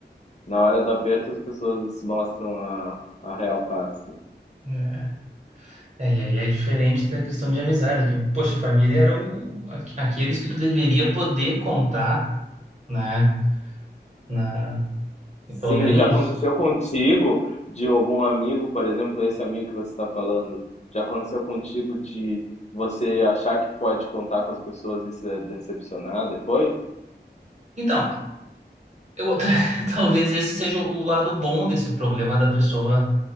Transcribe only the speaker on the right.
né? É, e aí é diferente da questão de amizade, que, poxa, a família eram o- aqu- aqueles que tu deveria poder contar, né? Na,
pelo menos.
Então, Eu, <laughs> talvez esse seja o lado bom desse problema da pessoa